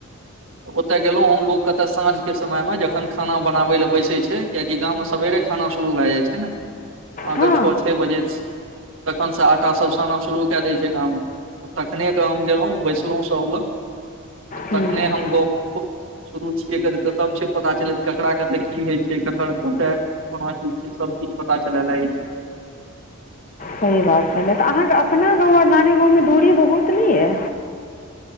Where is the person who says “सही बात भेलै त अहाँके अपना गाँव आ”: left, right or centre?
Left